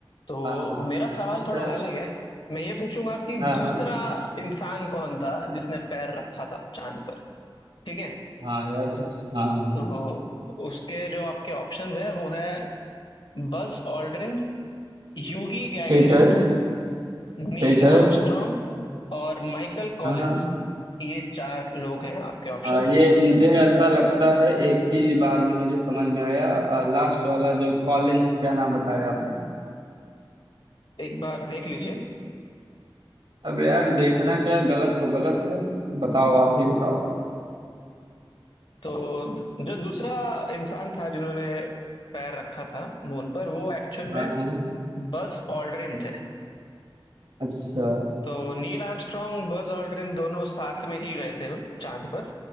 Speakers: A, on the left (about 65°); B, on the right (about 75°).
A: तो
B: हाँ हाँ
A: मेरा सवाल
B: ठीक
A: थोड़ा
B: है
A: अलग है मैं ये पूछूंगा कि
B: हाँ
A: दूसरा
B: हाँ
A: इंसान कौन था जिसने पैर रखा था चांद पर ठीक है
B: हाँ यार तो- हाँ हाँ
A: तो उसके जो आपके ऑप्शंस हैं वो है बज Aldrin Yuri Gagarin
B: ठीक है
A: Neil
B: ठीक है
A: Armstrong और माइकल कॉलिंस
B: हाँ हाँ।
A: ये चार लोग हैं आपके ऑप्शन
B: हाँ ये मुझे अच्छा लगता है एक ही बार में मुझे समझ में आया लास्ट वाला जो कॉलिंस क्या नाम बताया आपने
A: एक बार देख लीजिए
B: अब यार देखना क्या है, गलत तो गलत है बताओ आप ही बताओ
A: तो जो दूसरा इंसान था जिन्होंने पैर रखा था मून पर वो एक्चुअल में
B: हाँ हाँ हाँ।
A: बज ऑल्ड्रिन थे
B: अच्छा
A: तो नील आर्मस्ट्रॉन्ग बज ऑल्ड्रिन दोनों साथ में ही गए थे चांद पर